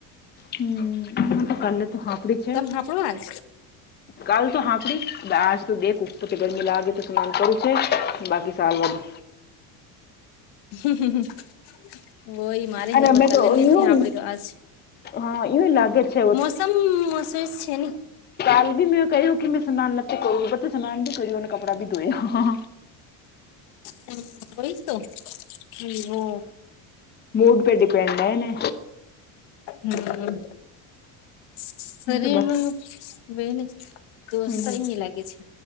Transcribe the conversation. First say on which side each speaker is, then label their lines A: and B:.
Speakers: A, on the left; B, on the left.
A: હમ એ તો કાલે તો હાંપડી છે
B: તમે હાપડો આજ
A: કાલ તો હાફડી આજ તો દેખ ઉપર ગરમી લાગે તો સ્નાન કરું છે બાકી સારુંવાળુ
B: <unintelligible> મારે
A: અરે
B: હે
A: અમે
B: પર કાલે
A: તો
B: નથી
A: યું
B: આપડી તો આજ
A: હા યું લાગે છે
B: મોસમ મોશેજ <unintelligible>
A: કાલભી મે કહ્યું કે મેં સ્નાન નથી કરું પણ મેં તો સ્નાન બી કરીયું ને કપડાભી ધોયા
B: હમ વોઈ તો હમ વો
A: મૂડ પે ડિપેન્ડ હે ને
B: હમ શરીર
A: તો બસ
B: નું યુ બેહેની તો
A: હમ
B: સહી ની લાગે છે